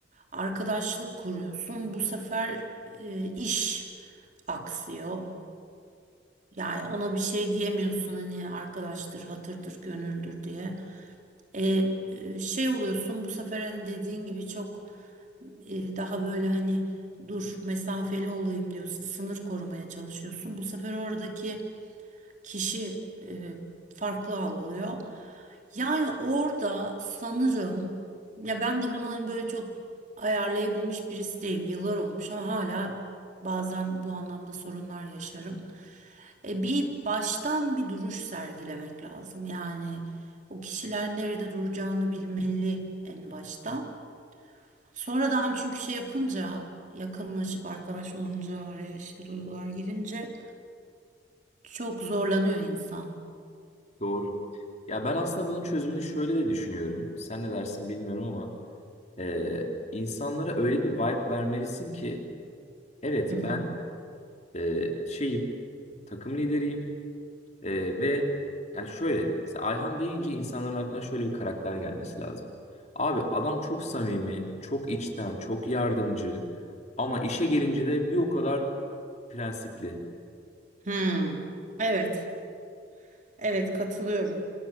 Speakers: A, on the right; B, on the left.
A: arkadaşlık kuruyorsun. Bu sefer e, iş aksıyor. Yani ona bir şey diyemiyorsun hani arkadaştır, hatırdır, gönüldür diye. E, e, şey oluyorsun bu sefer hani dediğin gibi çok e, daha böyle hani dur mesafeli olayım diyorsun sınır korumaya çalışıyorsun bu sefer oradaki kişi e, farklı algılıyor yani orada sanırım ya ben de bunu hani böyle çok ayarlayabilmiş birisi değilim yıllar olmuş ama hala bazen bu anlamda sorunlar yaşarım e, bir baştan bir duruş sergilemek lazım. Yani o kişiler nerede duracağını bilmeli en baştan. Sonradan çünkü şey yapınca yakınlaşıp arkadaş olunca araya işte duygular girince çok zorlanıyor insan.
B: Doğru. Ya ben aslında bunun çözümünü şöyle de düşünüyorum. Sen ne dersin bilmiyorum ama e, insanlara öyle bir vibe vermelisin ki evet
A: Hı hı.
B: ben e, şeyim takım lideriyim e, ve yani şöyle mesela Ayhan deyince insanların aklına şöyle bir karakter gelmesi lazım. Abi adam çok samimi, çok içten, çok yardımcı ama işe gelince de bir o kadar prensipli.
A: Hı. Evet. Evet katılıyorum.